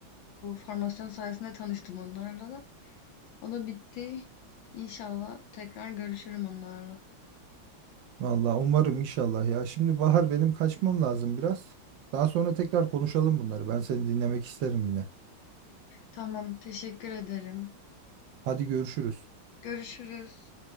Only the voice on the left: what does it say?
Bu formasyon sayesinde tanıştım onlarla da. O da bitti. İnşallah tekrar görüşürüm onlarla.
Tamam, teşekkür ederim.
Görüşürüz.